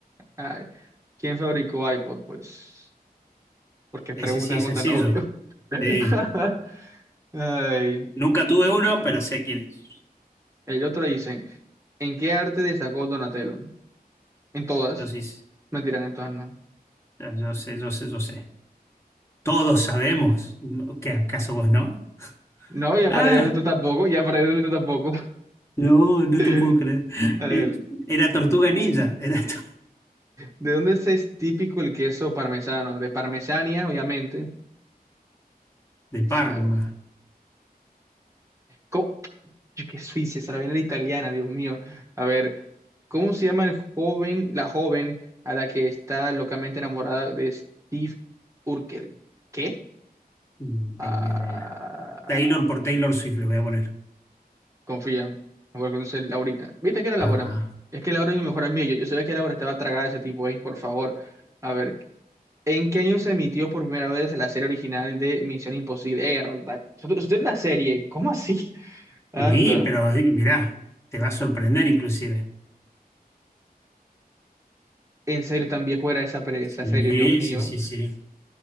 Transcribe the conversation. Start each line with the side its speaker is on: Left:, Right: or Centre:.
Right: Ay, ¿quién fabricó iPod? Pues, ¿por qué preguntan
Left: Ese sí es
Right: algo
Left: sencillo.
Right: tan obvio? <laughs>
Left: Sí.
Right: Ay,
Left: Nunca tuve uno, pero sé quién es.
Right: el otro le dicen, ¿en qué arte destacó Donatello? En todas.
Left: Yo sí, s-
Right: Mentira, en todas no.
Left: ya, yo sé, yo sé, yo sé. Todos sabemos. ¿no? ¿Qué acaso vos no?
Right: No, y aparentemente
Left: Ah,
Right: tú tampoco, y aparentemente tú tampoco.
Left: no, no
Right: <laughs>
Left: te puedo creer.
Right: A ver,
Left: Eh, Era Tortuga Ninja, <laughs> era to-
Right: ¿de dónde es es típico el queso parmesano? De Parmesania, obviamente.
Left: de Parma.
Right: Está bien. Yo que Suiza, esa la viene la italiana, Dios mío. A ver, ¿cómo se llama el joven, la joven a la que está locamente enamorada de Steve Urkel? ¿Qué?
Left: No
Right: Ah,
Left: tengo idea. Taylor por Taylor Swift le voy a poner.
Right: confía, me voy a conocer Laurita. ¿Viste que era Laura?
Left: No.
Right: Es que Laura es mi mejor amiga. Yo, yo sabía que Laura estaba tragada de ese tipo ahí, por favor. A ver, ¿en qué año se emitió por primera vez la serie original de Misión Imposible? Erda, ¿Eso eso es una serie? ¿Cómo así? Anda,
Left: Sí, pero eh, mirá, te va a sorprender inclusive.
Right: en serio, tan viejo era esa, pre- esa
Left: Sí,
Right: serie, Dios mío.
Left: sí, sí, sí.